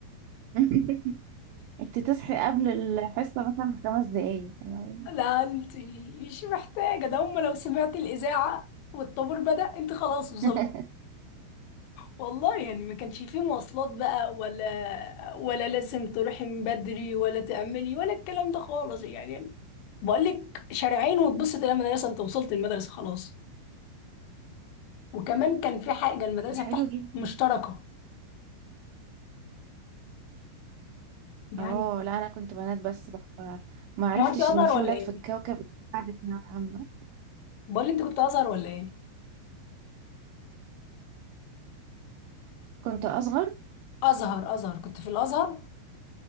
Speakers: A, on the right (about 85°); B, on the left (about 80°).
A: <laughs> انت تصحي قبل الحصة مثلا بخمس دقايق يعني
B: لا انت مش محتاجة ده هم لو سمعت الإذاعة والطابور بدأ انت خلاص وصلت
A: <laughs>
B: والله يعني ما كانش فيه مواصلات بقى ولا ولا لازم تروحي من بدري ولا تأملي ولا الكلام ده خالص يعني يعني بقول لك شارعين وتبص تلاقي المدرسة انت وصلت المدرسة خلاص وكمان كان في حاجه المدرسه
A: حلو
B: بتاعتي
A: جدا
B: مشتركه يعني
A: اه لا انا كنت بنات بس بقى فما عرفتش
B: هو انت ازهر
A: ان في
B: ولا
A: ولاد
B: ايه
A: في الكوكب بتاع ثانوية عامة
B: بقول لي انت كنت ازهر ولا ايه
A: كنت اصغر
B: ازهر ازهر كنت في الازهر